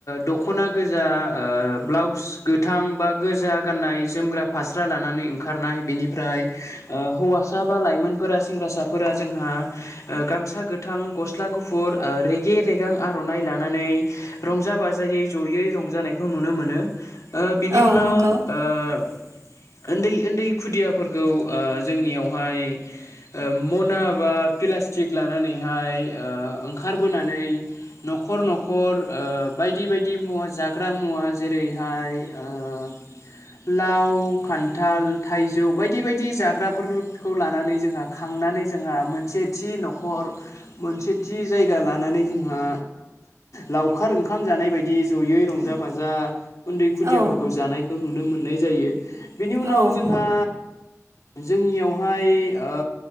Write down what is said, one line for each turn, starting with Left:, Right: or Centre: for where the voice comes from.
Left: दख'ना गोजा ब्लाउस गोथां बा गोजा गाननाय जोमग्रा फास्रा लानानै ओंखारनाय बेनिफ्राय हौवासा बा लाइमोन फोरा सेंग्रासाफोरा जोंहा गामसा गोथां गस्ला गुफुर रेगे रेगां आर' नाय लानानै रंजा बाजायै जयै रंजानायखौ नुनो मोनो ओ बिनि
Right: औ
Left: उनाव
Right: नंगौ
Left: ओ
Right: <unintelligible>
Left: उन्दै उन्दै खुदियाफोरखौ ओ जोंनियावहाय ओ मना बा फिला प्लासटिक लानानैहाय ओ ओंखारबोनानै न'खर न'खर ओ बाय बायदि बायदि मुवा जाग्रा मुवा जेरैहाय
Right: <inaudible>
Left: ओ लाव खान्थाल थाइजौ बायदि बायदि जाग्राफोरखौ लानानै जोंहा खा थांनानै जोंहा मोनसे थि न'खर मोनसे थि जायगा लानानै जोंहा लावखार ओंखाम जानाय बायदि जयै रंजा बाजा उन्दै खुदियाफोरखौ
Right: औ
Left: जानायखौ नुनो मोननाय जायो बेनि
Right: औ
Left: उनाव जोंहा जोंनियावहाय ओ